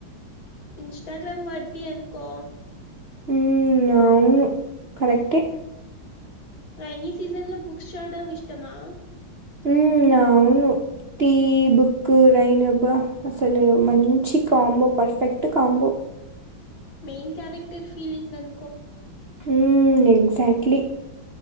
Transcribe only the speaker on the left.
ఇన్స్టాగ్రామ్ వర్ది ఎందుకో
రైైనీ సీజన్ లో బుక్స్ చూడ్డం ఇష్టమా
main character feeling అనుకో